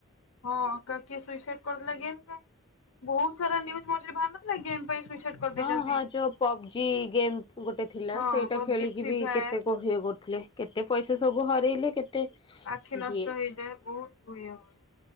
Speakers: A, on the left; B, on the left.
A: ହଁ କିଏ ସୁଇସାଇଡ କରିଦେଲା ଗେମ୍ ପାଇଁ ବହୁତ ସାରା ନିୁଜ ମଝିରେ ବାହାରି ନଥିଲା ଗେମ ପାଇଁ ସୁଇସାଇଡ କରିଦେଇଛନ୍ତି।
B: ହଁ ହଁ ଯୋଉ ପବଜି ଗେମ୍ ଗୋଟେ ଥିଲା
A: ହଁ
B: ସେଇଟା
A: ପବଜି
B: ଖେଳିକି
A: ଫ୍ରି
B: ବି
A: ଫାୟାର
B: କେତେ ବହେ କରୁଥିଲେ କେତେ ପଇସା ସବୁ ହରାଇଲେ କେତେ
A: ଆଖି ନଷ୍ଟ
B: ଯିଏ
A: ହେଇଯାଏ ବହୁତ ହୁଏ ହଏ